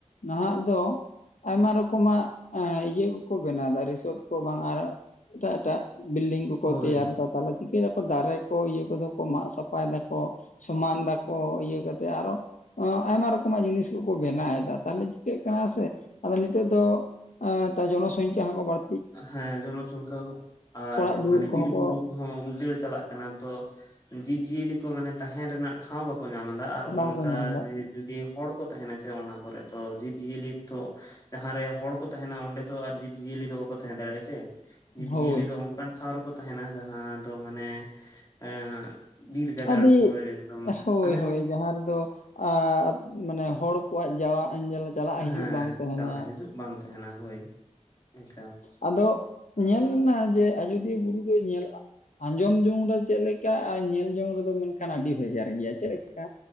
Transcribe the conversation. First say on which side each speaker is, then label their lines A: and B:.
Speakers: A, on the left; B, on the left.
A: ᱱᱟᱦᱟᱜ ᱫᱚ ᱟᱭᱢᱟ ᱨᱚᱠᱚᱢᱟᱜ ᱤᱭᱟᱹ ᱠᱚᱠᱚ ᱵᱮᱱᱟᱣ ᱮᱫᱟ ᱨᱤᱥᱳᱴ ᱠᱚ ᱵᱟᱝ ᱟᱨ ᱮᱴᱟᱜ ᱮᱴᱟᱜ ᱵᱤᱞᱰᱤᱝ ᱠᱚᱠᱚ
B: ᱦᱳᱭ
A: ᱛᱮᱭᱟᱨ ᱫᱟ, ᱛᱟᱦᱞᱮ ᱪᱤᱠᱟᱹᱭ ᱫᱟᱠᱚ ᱫᱟᱨᱮ ᱠᱚ ᱤᱭᱟᱹ ᱠᱚᱫᱚ ᱠᱚ ᱢᱟᱜ ᱥᱟᱯᱷᱟᱭ ᱫᱟᱠᱚ ᱥᱚᱢᱟᱱ ᱫᱟᱠᱚ ᱤᱭᱟᱹ ᱠᱟ ᱠᱟᱛᱮᱫ, ᱟᱨᱚ ᱚᱸ ᱟᱭᱢᱟ ᱨᱚᱠᱚᱢᱟᱜ ᱡᱤᱱᱤᱥ ᱠᱚᱠᱚ ᱵᱮᱱᱟᱣᱮᱫᱟ ᱛᱟᱦᱞᱮ ᱪᱤᱠᱟᱹᱜ ᱠᱟᱱᱟ ᱥᱮ ᱟᱫᱚ ᱱᱤᱛᱚᱜ ᱫᱚ ᱟᱸ ᱛᱚ ᱡᱚᱱᱚ ᱥᱚᱝᱠᱷᱟ ᱦᱚᱸᱠᱚ ᱵᱟᱹᱲ
B: ᱦᱮᱸ ᱡᱚᱱᱚ ᱥᱚᱝᱠᱷᱟ ᱦᱚᱸ, ᱟᱨ
A: ᱚᱲᱟᱜ ᱫᱩᱣᱟᱹᱨ
B: ᱢᱟᱱᱮ
A: ᱠᱚᱦᱚᱸ
B: ᱵᱤᱨ
A: ᱠᱚ
B: ᱵᱩᱨᱩ ᱠᱚᱦᱚᱸ ᱩᱡᱟᱹᱲ ᱪᱟᱞᱟᱜ ᱠᱟᱱᱟ ᱛᱚ ᱡᱤᱵᱽᱼᱡᱤᱭᱟᱹᱞᱤ ᱠᱚ ᱢᱟᱱᱮ ᱛᱟᱦᱮᱱ ᱨᱮᱱᱟᱜ ᱴᱷᱟᱶ ᱵᱟᱠᱚ ᱧᱟᱢ ᱮᱫᱟ ᱟᱨ
A: ᱵᱟᱝᱠᱚ
B: ᱚᱱᱠᱟ
A: ᱧᱟᱢ ᱮᱫᱟ
B: ᱡᱮ ᱡᱩᱫᱤ ᱦᱚᱲ ᱠᱚ ᱛᱟᱦᱮᱱᱟ ᱥᱮ ᱚᱱᱟ ᱠᱚᱨᱮ ᱛᱚ ᱡᱤᱵᱽ-ᱡᱤᱭᱟᱹᱞᱤ ᱛᱚ ᱡᱟᱦᱟᱸᱨᱮ ᱦᱚᱲ ᱠᱚ ᱛᱟᱦᱮᱱᱟ ᱚᱸᱰᱮ ᱫᱚ ᱟᱨ ᱡᱤᱵᱽ ᱡᱤᱭᱟᱹᱞᱤ ᱫᱚ ᱵᱟᱠᱚ ᱛᱟᱦᱮᱸ ᱫᱟᱲᱮᱜᱼᱟ ᱥᱮ ᱾ ᱡᱤᱵᱽ
A: ᱦᱳᱭ
B: ᱡᱤᱭᱟᱹᱞᱤ ᱫᱚ ᱚᱱᱠᱟᱱ ᱴᱷᱟᱶ ᱨᱮᱠᱚ ᱛᱟᱦᱮᱱᱟ ᱡᱟᱦᱟᱸ ᱫᱚ ᱢᱟᱱᱮ ᱮᱸᱜ ᱵᱤᱨ ᱜᱟᱡᱟᱲ
A: ᱟᱹᱰᱤ
B: ᱯᱩᱨᱟᱹ ᱮᱠᱫᱚᱢ
A: ᱦᱳᱭ
B: ᱢᱟᱱᱮ
A: ᱦᱳᱭ ᱡᱟᱦᱟᱸ ᱨᱮᱫᱚ ᱟᱸ ᱢᱟᱱᱮ ᱦᱚᱲ ᱠᱚᱣᱟᱜ ᱡᱟᱣᱟ ᱟᱸᱡᱮᱞ ᱪᱟᱞᱟᱜ
B: ᱦᱮᱸ
A: ᱦᱤᱡᱩᱜ ᱵᱟᱝ ᱛᱟᱦᱮᱱᱟ
B: ᱪᱟᱞᱟᱜ
A: ᱾
B: ᱦᱤᱡᱩᱜ ᱵᱟᱝ ᱛᱟᱦᱮᱱᱟ ᱦᱳᱭ ᱮᱠᱟᱞ ᱾
A: ᱟᱫᱚ ᱧᱮᱞ ᱮᱱᱟ ᱡᱮ ᱟᱡᱚᱫᱤᱭᱟᱹ ᱵᱩᱨᱩ ᱫᱚ ᱧᱮᱞ ᱟᱫ ᱟᱸᱡᱚᱢ ᱡᱚᱝ ᱨᱮ ᱪᱮᱫ ᱞᱮᱠᱟ ᱟᱨ ᱧᱮᱞ ᱡᱚᱝ ᱨᱮᱫᱚ ᱢᱮᱱᱠᱷᱟᱱ ᱟᱹᱰᱤ ᱵᱷᱮᱜᱟᱨ ᱜᱮᱭᱟ ᱪᱮᱫ ᱞᱮᱠᱟ?